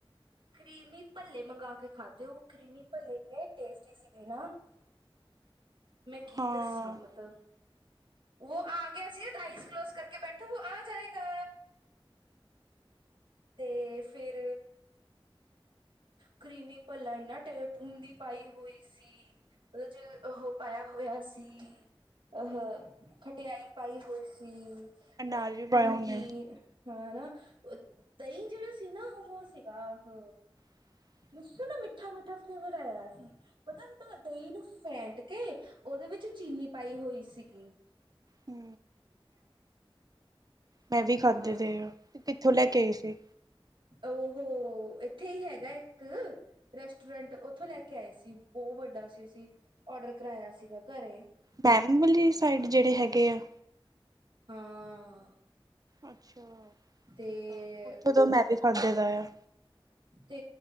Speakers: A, on the right; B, on the right.
A: ਕਰੀਮੀ ਭੱਲੇ ਮੰਗ ਕੇ ਖਾਧੇ ਉਹ ਕਰੀਮੀ ਭੇ ਇੰਨੇ ਟੇਸਟੀ ਸੀਗੇ ਨਾ ਮੈਂ ਕੀ
B: ਹਾਂ
A: ਦੱਸਾਂ ਮਤਲਬ ਉਹ ਆ ਗਿਆ ਸਿਰਫ ਆਈਜ਼ ਕਲੋਜ਼ ਕਰਕੇ ਬੈਠਾ ਵ ਆ ਜਾਏਗਾ ਤੇ ਫਿਰ ਕਰੀਮੀ ਪੱਲਾ ਇੰਨਾ ਟੈਬੂਨ ਦੀ ਪਾਈ ਹੋਈ ਸੀ ਉਹਦੇ ਚ ਉਹ ਪਾਇਆ ਹੋਇਆ ਸੀ ਅਹ ਖਟਿਆਈ ਪਾਈ ਹੋਈ ਸੀ
B: ਅਨਾਜ
A: ਅਹ
B: ਵੀ ਪਾਇਆ
A: ਨਮਕੀਨ
B: ਉਹਨੇ
A: ਹਾਂ ਨਾ ਦਹੀਂ ਜਿਹੜਾ ਸੀ ਨਾ ਉਹ ਸੀਗਾ ਹ
B: ਹ
A: ਮੋ ਨਾ ਮਿੱਠਾ-ਮਿੱਠਾ ਫਲੇਵਰ ਆਇਆ ਸੀ ਪਤਾ ਨਾ ਦਹੀਂ ਨੂੰ ਫੇਟ ਕੇ ਉਹਦੇ ਵਿੱਚ ਚੀਨੀ ਪਾਈ ਹੋਈ ਸੀਗੀ।
B: ਹੂੰ,
A: <inaudible>
B: ਮੈਂ ਵੀ ਖਾਧੇ
A: ਆ ਜਾਏ
B: ਤੇ ਕਿੱਥੋਂ ਲੈ ਕੇ ਆਈ ਸੀ
A: ਉਹ ਉਹ ਇੱਥੇ ਹੀ ਹੈਗਾ ਇੱਕ ਰੈਸਟੋਰੈਂਟ ਉੱਥੋਂ ਲੈ ਕੇ ਆਏ ਸੀ ਬਹੁਤ ਵੱਡਾ ਸੀ ਸੀ। ਔਡਰ ਕਰਾਇਆ ਸੀਗਾ ਘਰੇ
B: ਫੈਮਿਲੀ ਸਾਈਡ ਜਿਹੜੇ ਹੈਗੇ ਆ
A: ਹਾਂ,
B: ਅੱਛਾ
A: ਤੇ
B: ਠੀਕ ਆ ਉੱਥੋਂ ਤੋਂ ਮੈਂ ਵੀ ਖਾਦੇ ਦਾ ਆ
A: ਤੇ